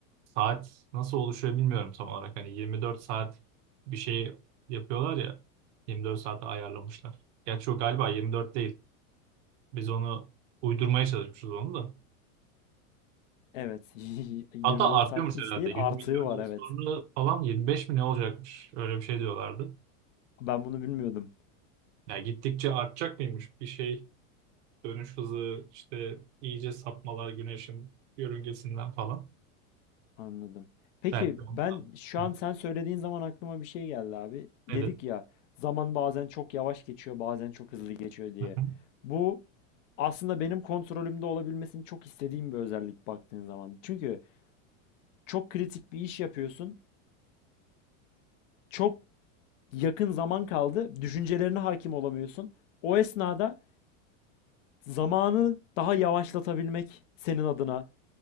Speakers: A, on the right; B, on the left.
A: saat nasıl oluşuyor bilmiyorum tam olarak. Hani 24 saat bir şey yapıyorlar ya. 24 saate ayarlamışlar. Gerçi o galiba 24 değil. Biz onu uydurmaya çalışmışız onu da.
B: Evet. <laughs> 24
A: Hatta artıyormuş
B: saat hiç
A: herhalde.
B: değil
A: 100
B: artığı
A: milyon
B: var
A: yıl
B: evet.
A: sonra falan 25 mi ne olacakmış? Öyle bir şey diyorlardı.
B: Ben bunu bilmiyordum.
A: Ya gittikçe artacak mıymış bir şey dönüş hızı işte iyice sapmalar güneşin yörüngesinden falan.
B: Anladım. Peki
A: Belki
B: ben
A: ondan.
B: şu
A: Hı.
B: an sen söylediğin zaman aklıma bir şey geldi abi. Dedik
A: Nedir?
B: ya zaman bazen çok yavaş geçiyor bazen çok hızlı geçiyor diye.
A: Hı hı.
B: Bu aslında benim kontrolümde olabilmesini çok istediğim bir özellik baktığın zaman. Çünkü çok kritik bir iş yapıyorsun. Çok yakın zaman kaldı. Düşüncelerine hakim olamıyorsun. O esnada zamanı daha yavaşlatabilmek senin adına